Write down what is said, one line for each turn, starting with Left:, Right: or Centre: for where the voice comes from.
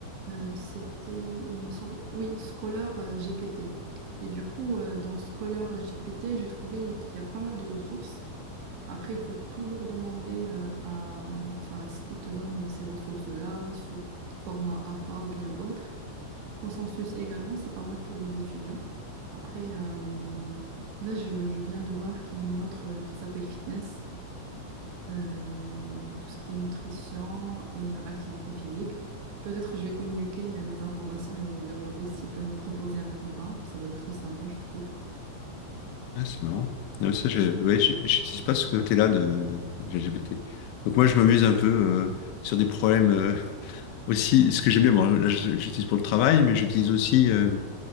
Right: Euh, c'était, il me semble, oui, Scholar euh, GPT. Et du coup, euh, dans Scholar GPT, j'ai trouvé qu'il y a pas mal de ressources. Après, il faut toujours demander euh, à, enfin, à ce qu'il te donne ces ressources-là sous format APA ou bien autre. Consensus également, c'est pas mal pour les étudiants. Après, euh, là, je, je viens de voir qu'il y a une autre euh, qui s'appelle fitness, euh, tout ce qui est nutrition et euh, activité physique. Peut-être je vais communiquer euh, mes informations et demander s'il peut me proposer un programme. Ça va être sympa, je trouve.
Left: Ah, c'est marrant. Non, mais ça, je, ouais, je- j'utilise pas ce côté-là de GPT. Donc moi, je m'amuse un peu euh, sur des problèmes euh, <laughs> aussi. Ce que j'aime bien, bon, là, je- j'utilise pour le travail, mais j'utilise aussi euh,